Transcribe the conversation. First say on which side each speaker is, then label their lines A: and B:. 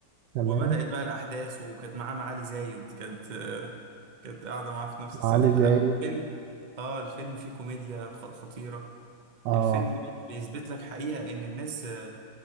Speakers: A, on the right (about 75°); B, on the right (about 60°).
A: تمام
B: وبدأت بقى الأحداث وكانت معاه معالي زايد كانت آه، كانت قاعدة معاه في نفس السطح
A: علي
B: لا
A: زي
B: الفيلم اه الفيلم فيه كوميديا خ- خطيرة
A: اه
B: الفيلم بيثبت لك حقيقة إن الناس آه،